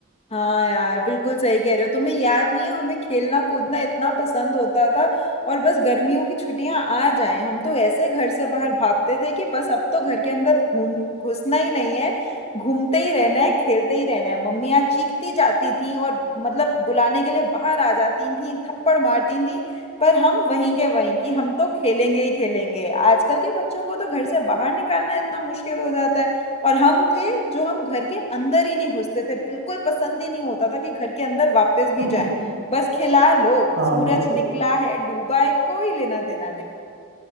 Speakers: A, on the left; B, on the right.
A: हाँ यार बिल्कुल सही कह रहे हो तुम्हें याद नहीं है हमें खेलना कूदना इतना पसंद होता था और बस गर्मियों की छुट्टियां आ जाएं हम तो ऐसे घर से बाहर भागते थे कि बस अब तो घर के अंदर घूम घुसना ही नहीं है घूमते ही रहना है खेलते ही रहना है मम्मियाँ चीखती जाती थी और मतलब बुलाने के लिए बाहर आ जाती थी थप्पड़ मारती थी पर हम वहीं के वहीं कि हम तो खेलेंगे ही खेलेंगे आजकल के बच्चों को तो घर से बाहर निकालना इतना मुश्किल हो जाता है और हम थे जो हम घर के अंदर ही नहीं घुसते थे बिल्कुल पसंद ही नहीं होता था कि घर के अंदर वापस भी
B: <laughs>
A: जाएं बस खिला लो
B: हाँ
A: सूरज
B: बिल्कुल
A: निकला है डूबा है कोई लेना देना नहीं